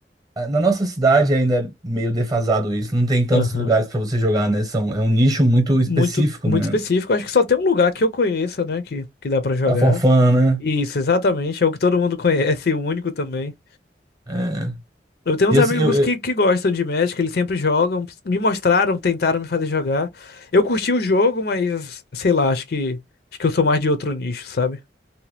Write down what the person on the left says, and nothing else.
Aham.
Muito, muito
específico. Acho que só tem um lugar que eu conheça, né? Que, que dá pra jogar.
Isso, exatamente. É o que todo mundo <laughs> conhece, e o único também.
Eu tenho uns
amigos
que, que gostam de Magic, eles sempre jogam. Me mostraram, tentaram me fazer jogar. Eu curti o jogo, mas sei lá, acho que acho que eu sou mais de outro nicho, sabe?